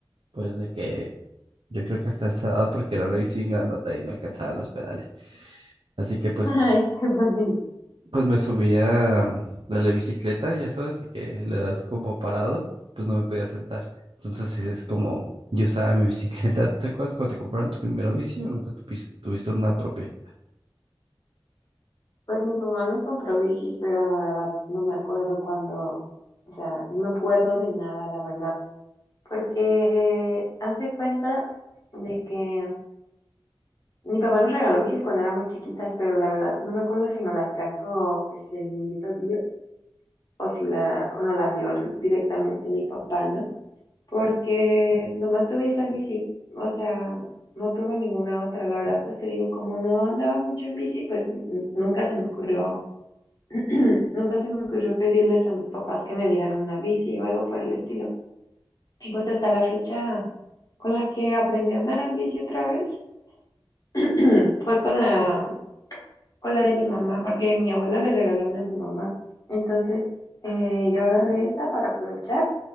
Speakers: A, on the right (about 75°); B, on the left (about 45°).
A: pues de que yo creo que hasta esta edad, porque era una bici bien grandota y no alcanzaba los pedales. Así que pues
B: Ay, qué bonito.
A: Pues me subía de la bicicleta, ya sabes, de que le das como parado, pues no me podía sentar. Entonces sí, es como yo usaba mi bicicleta. ¿Te acuerdas cuando te compraron tu primera bici o nunca tupis- tuviste una propia?
B: Pues mi papá nos compró bicis, pero la verdad no me acuerdo cuándo, o sea, no me acuerdo de nada, la verdad, porque hace cuenta de que mi papá nos regaló bicis cuando éramos chiquitas, pero la verdad no me acuerdo si nos las trajo pues el niñito Dios o si la, o nos las dio re- directamente mi papá, ¿no? porque nomás tuve esa bici, o sea, no tuve ninguna otra. La verdad, pues te digo, como no andaba mucho en bici, pues n- nunca se me ocurrió, <clears throat> nunca se me ocurrió pedirles a mis papás que me dieran una bici o algo por el estilo. Y pues hasta la fecha con la que aprendí a andar en bici otra vez <clears throat> fue con la, con la de mi mamá, porque mi abuela le regaló una a mi mamá. Entonces, eh, yo agarré esa para aprovechar.